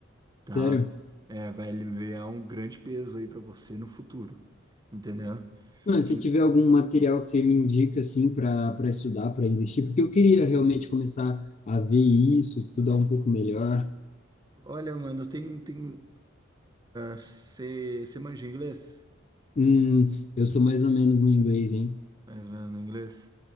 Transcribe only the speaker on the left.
Sério?
Mano, se
tiver algum material que você me indica assim para para estudar, para investir, porque eu queria realmente começar a ver isso, estudar um pouco melhor.
Hum, eu sou mais ou menos no inglês, hein?